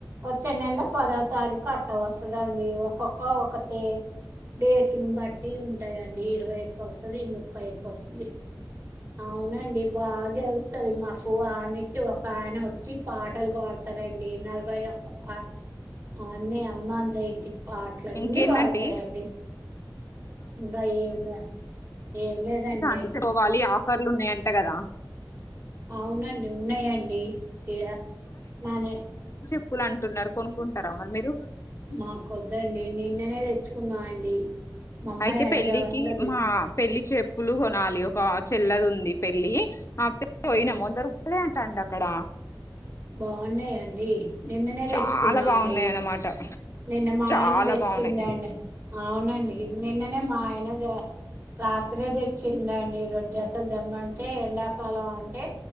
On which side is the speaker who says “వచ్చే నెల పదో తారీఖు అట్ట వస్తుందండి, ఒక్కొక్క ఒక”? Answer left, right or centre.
Right